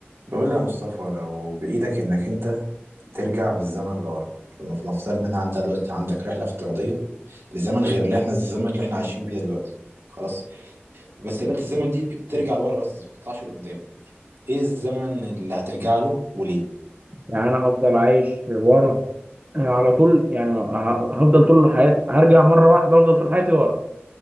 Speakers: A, on the right (about 70°); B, on the right (about 35°).
A: بقول لي يا مصطفى لو بإيدك إنك أنت ترجع بالزمن لورا لما نفترض إن أنت دلوقتي عندك رحلة افتراضية لزمن غير اللي إحنا الزمن اللي إحنا عايشين فيه دلوقتي خلاص وبس قابلت الزمن دي بترجع لورا بس ما بتطلعش لقدام إيه الزمن اللي هترجع له وليه؟
B: يعني انا هفضل عايش ورا أنا على طول يعني ه- هفضل طول حياتي هرجع مره واحده افضل طول حياتي ورا